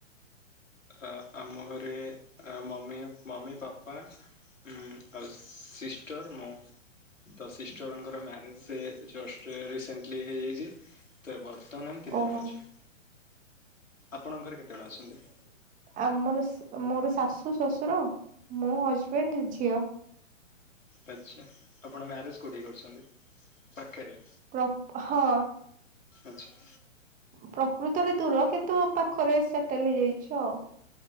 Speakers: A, on the left; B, on the right.
A: ହଁ ଆମ ଘରେ ଅ ମମି ମମି ପାପା ଉଁ ଆଉ ସିଷ୍ଟର ମୁଁ ତ ସିଷ୍ଟରଙ୍କ ମ୍ୟାରେଜ ଜଷ୍ଟ ରିସେଣ୍ଟଲି ହେଇଯାଇଛି। ତ ବର୍ତ୍ତମାନ ଆମେ ତିନି
B: ଓହୋ
A: ଜଣ ଅଛୁ ଆପଣଙ୍କ ଘରେ କେତେଜଣ ଅଛନ୍ତି।
B: ଆଉ ମୋର ମୋର ଶାଶୁ ଶ୍ୱଶୁର ମୋ ହଜବେଣ୍ଡ ଝିଅ।
A: ଆଛା ତ ଆପଣ ମ୍ୟାରେଜ କୋଉଠି କରିଛନ୍ତି ପାଖରେ।
B: କ ହଁ
A: ଆଚ୍ଛା
B: ପ୍ରକୃତରେ ଦୂର କିନ୍ତୁ ପାଖରେ ସେଟେଲ ହେଇଯାଇଛି ଆଉ